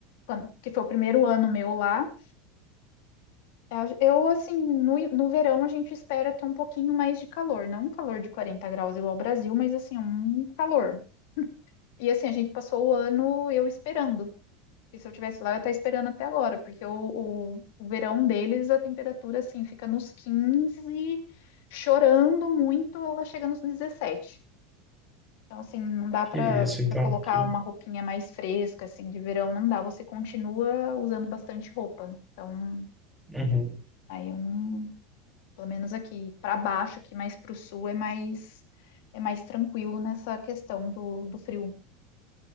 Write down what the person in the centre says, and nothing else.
Que
isso, então,
que...
Uhum.